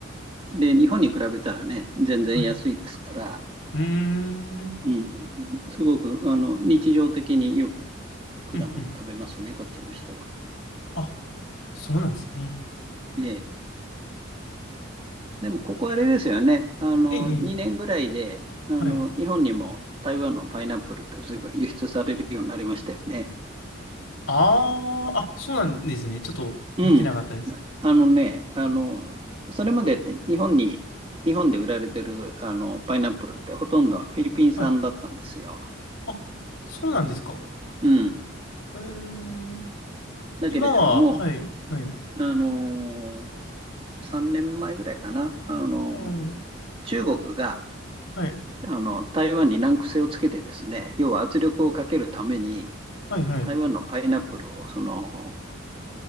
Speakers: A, on the right; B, on the left.
A: で、日本に比べたらね、全然安いですから、
B: はい。うーん。
A: うん。すごく、あの、日常的によく果物食べますね、
B: うん、うん。
A: こっちの人は。
B: あ、そうなんですね。
A: ね。でも、ここあれですよね。あの、
B: ええ、
A: 2年ぐらいで、
B: ええ
A: あの、
B: はい。
A: 日本にも台湾のパイナップルって随分輸出されるようになりましたよね。
B: ああ、あ、そうなんですね。ちょっと見てなかったです。
A: うん。あのね、あの、それまでって日本に、日本で売られてるあのパイナップルってほとんどフィリピン産だったんですよ。
B: はい。あ、そうなんですか。
A: うん。
B: ええ、
A: だけれども、
B: 今は、はい、はい。
A: あの3年前ぐらいかな、あの
B: うん。
A: 中国が
B: はい。
A: あの台湾に難癖をつけてですね、要は圧力をかけるために、
B: はいはい。
A: 台湾のパイナップルをその